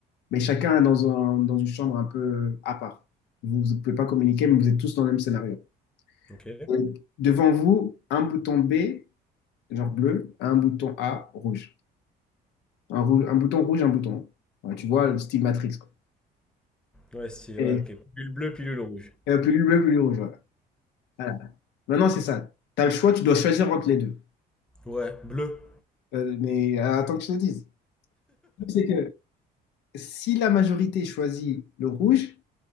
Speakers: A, on the left; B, in the centre.
A: mais chacun est dans un- dans une chambre un peu à part. Vous ne pouvez pas communiquer, mais vous êtes tous dans le même scénario.
B: Ok.
A: Et devant vous, un bouton B, genre bleu, un bouton A, rouge. Un, rouge, un bouton rouge, un bouton. Ouais, tu vois, le style Matrix, quoi.
B: Ouais, si,
A: Et,
B: ouais, ok. Pilule bleue, pilule rouge.
A: et plus bleu, plus rouge, voilà. Voilà. Maintenant, c'est ça. Tu as le choix, tu dois choisir entre les deux.
B: Ouais, bleu.
A: Euh, mais euh, attends que je te dise. Le truc, C'est que si la majorité choisit le rouge,